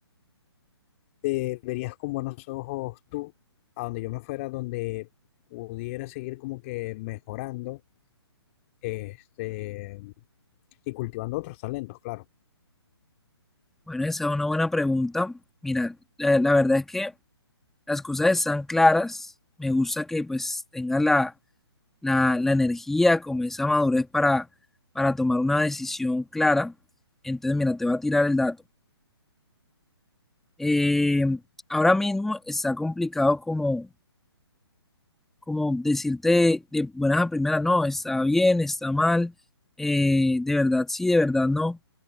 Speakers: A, on the left; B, in the centre.
A: te verías con buenos ojos tú, a donde yo me fuera, donde pudiera seguir como que mejorando, este, y cultivando otros talentos, claro.
B: Bueno, esa es una buena pregunta. Mira, la, la verdad es que las cosas están claras. Me gusta que pues tengas la la, la energía, como esa madurez para, para tomar una decisión clara. Entonces, mira, te voy a tirar el dato. Eh, ahora mismo está complicado como, como decirte de buenas a primeras, no, está bien, está mal, eh, de verdad sí, de verdad no.